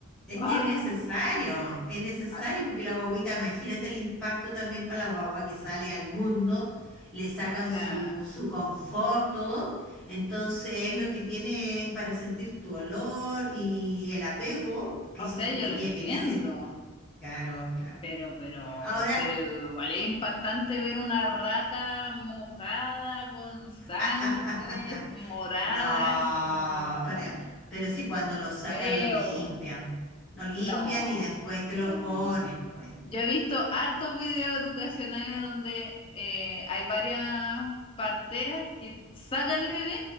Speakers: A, in the centre; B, on the left.
A: Es
B: no!
A: que es necesario, es necesario
B: Ah,
A: porque la guagüita, imagínate el impacto también para la guagua que sale al mundo, le sacan
B: O sea,
A: su, su confort, todo. Entonces es lo que tiene para sentir tu olor y el apego, que
B: o
A: se
B: sea,
A: suponía
B: yo lo entiendo.
A: que en ese... Claro, claro.
B: Pero, pero,
A: Ahora,
B: pero igual es impactante ver una rata mojada con sangre
A: <laughs>
B: morada,
A: no,
B: así, no,
A: pero, pero sí cuando lo sacan
B: feo,
A: lo limpian, lo limpian
B: no,
A: y después te lo
B: no.
A: ponen, pues.
B: Yo he visto hartos videos educacionales donde eh, hay varias parteras que sacan el bebé